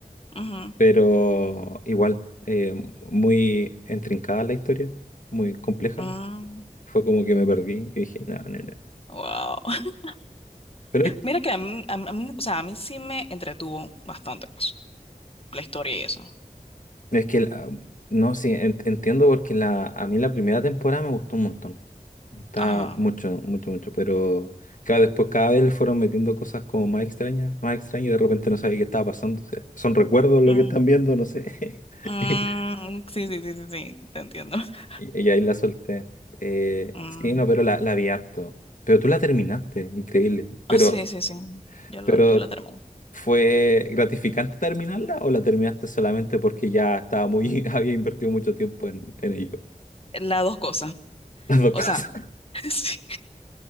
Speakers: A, on the left; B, on the left.
A: ujú,
B: pero igual, eh, muy intrincada la historia, muy compleja.
A: mm,
B: Fue como que me perdí y dije, no, no, no.
A: wow. <laughs>
B: Pero,
A: Mira que a mí, a mí- a mí- o sea, a mí sí me entretuvo bastante pues, la historia y eso.
B: Es que, la- ah, no, sí, en- entiendo porque la, a mí la primera temporada me gustó un montón. Me gustaba
A: Ajá.
B: mucho, mucho, mucho. Pero, claro, después cada vez le fueron metiendo cosas como más extrañas, más extrañas y de repente no sabía qué estaba pasando. o sea, son recuerdos lo
A: mm,
B: que están viendo, no sé. <laughs>
A: mm, sí, sí, sí, sí, sí, te entiendo. <laughs>
B: Y, y ahí la solté. Eh,
A: Mm,
B: sí, no, pero la, la vi harto. Pero tú la terminaste, increíble. Pero,
A: ah, sí, sí, sí. Yo lo,
B: pero,
A: yo lo termino.
B: ¿fue gratificante terminarla o la terminaste solamente porque ya estaba muy, <laughs> había invertido mucho tiempo en, en ello?
A: Las dos cosas.
B: <laughs> Las dos
A: O
B: cosas.
A: sea, <laughs> sí.